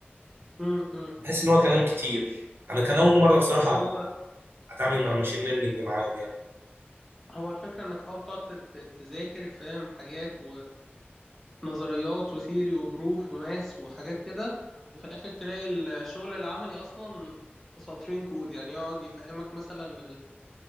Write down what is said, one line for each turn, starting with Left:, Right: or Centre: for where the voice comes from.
Centre: امم
Right: بحس ان هو كلام كتير انا كان اول مرة بصراحة
Centre: اللي هو
Right: اتعامل مع الماشين ليرنينج معاهم يعني
Centre: هو الفكرة انك اه بتقعد تت- تذاكر فاهم حاجات ونظريات وثيري وبروف وماس وحاجات كده وفي الاخر تلاقي الشغل العملي اصلا سطرين كود يعني يقعد يفهمك مثلا